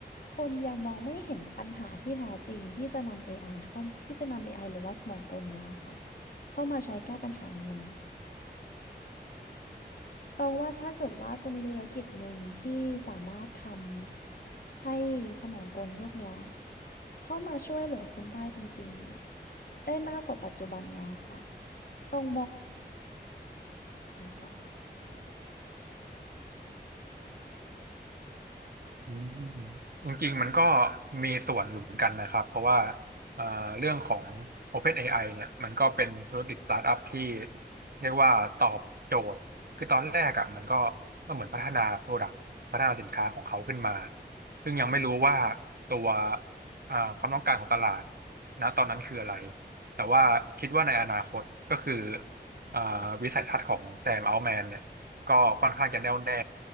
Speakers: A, on the left; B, on the right.
A: คนยังมองไม่เห็นปัญหาที่แท้จริงที่จะนำ AI เข้าที่จะนำ AI หรือว่าสมองกลเนี้ยค่ะเข้ามาใช้แก้ปัญหานั้นๆตองว่าถ้าเกิดว่าจะมีธุรกิจหนึ่งที่สามารถทำให้สมองกลพวกเนี้ยเข้ามาช่วยเหลือคนได้จริงๆเนี่ยได้มากกว่าปัจจุบันเนี้ยค่ะต้องค่ะ
B: อืมจริงๆมันก็มีส่วนอยู่เหมือนกันนะครับเพราะว่าเอ่อเรื่องของ OpenAI เนี่ยมันก็เป็นธุรกิจสตาร์ทอัพที่เรียกว่าตอบโจทย์คือตอนแรกอ่ะมันก็ก็เหมือนพัฒนา Product พัฒนาสินค้าของเขาขึ้นมาซึ่งยังไม่รู้ว่าตัวอ่าความต้องการของตลาดนะตอนนั้นคืออะไรแต่ว่าคิดว่าในอนาคตก็คืออ่าวิสัยทัศน์ของแซมอัลแมนเนี่ยก็ค่อนข้างจะแน่วแน่